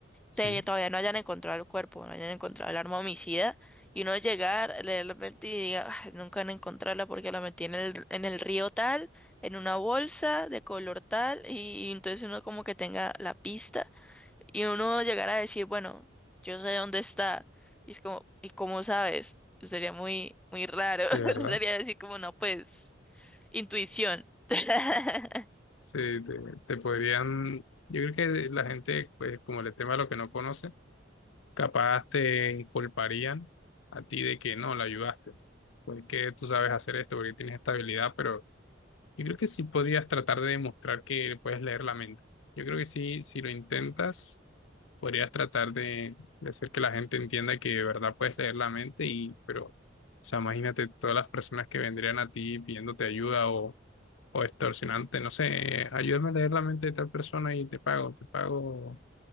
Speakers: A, on the left (about 85°); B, in the centre.
A: sí,
B: te- todavía no hayan encontrado el cuerpo, no hayan encontrado el arma homicida, y uno llegar, leer la mentira y diga, "Ay, nunca van a encontrarla porque la metí en el, en el río tal, en una bolsa de color tal, y, y entonces uno como que tenga la pista, y uno llegar a decir, bueno, yo sé dónde está, y es como, ¿y cómo sabes? Sería muy, muy raro,
A: sí,
B: <laughs>
A: ¿verdad?
B: sería decir como, no, pues, intuición. <laughs>
A: Sí, te, te podrían, yo creo que la gente, pues como el tema de lo que no conoce, capaz te inculparían a ti de que no, la ayudaste, porque tú sabes hacer esto, porque tienes esta habilidad, pero yo creo que sí podrías tratar de demostrar que puedes leer la mente. Yo creo que sí, si lo intentas, podrías tratar de, de hacer que la gente entienda que de verdad puedes leer la mente y, pero, o sea, imagínate todas las personas que vendrían a ti pidiéndote ayuda o extorsionante, no sé, eh, ayúdame a leer la mente de tal persona y te pago, te pago,